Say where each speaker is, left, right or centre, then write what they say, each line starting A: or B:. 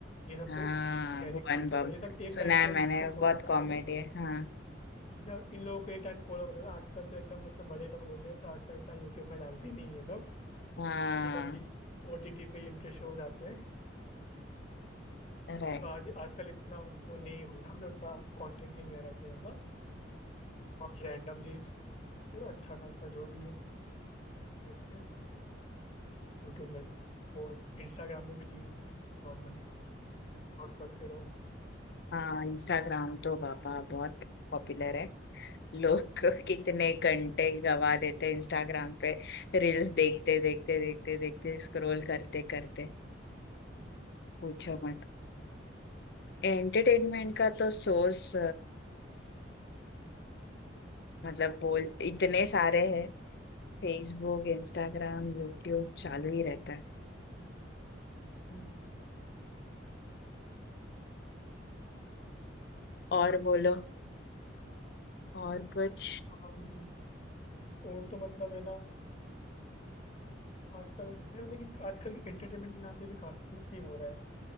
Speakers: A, on the left; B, on the left.
A: ये सब
B: हाँ
A: तो गहरी
B: भुवन
A: मिनाटी
B: बम
A: हो गया ये सब एक
B: सुना
A: टाइम
B: है
A: पे हम
B: मैंने
A: इनको फॉलो
B: बहुत
A: करते
B: कॉमेडी
A: थे
B: है हाँ
A: या इन लोगों को एक टाइम पे फॉलो करते थे आजकल तो एकदम मतलब बड़े लोग हो गए तो आजकल इतना यूट्यूब में डालते नहीं ये लोग
B: हाँ
A: इनके तो अभी ओटीटी पे इनके शोज आते हैं
B: राइट
A: तो आज आजकल इतना उनको नहीं हो रहा मतलब उनका कंटेंट ही नहीं आ रहा इतना ज्यादा अभी रैंडमली अच्छा खासा जो भी है देखते हैं यूट्यूब में तो और इंस्टाग्राम में भी रील्स नॉर्मली स्क्रॉल करते रहो
B: हाँ इंस्टाग्राम तो बाबा बहुत पॉपुलर है लोग <laughs> कितने घंटे गवा देते हैं इंस्टाग्राम पे रील्स देखते देखते देखते देखते स्क्रॉल करते करते पूछो मत एंटरटेनमेंट का तो सोर्स मतलब बोल इतने सारे हैं फेसबुक इंस्टाग्राम यूट्यूब चालू ही रहता है
A: हम्म
B: और बोलो और कुछ
A: हम और तो मतलब है ना आजकल यार लेकिन आजकल एंटरटेनमेंट के नाम पे भी काफी कुछ भी हो रहा है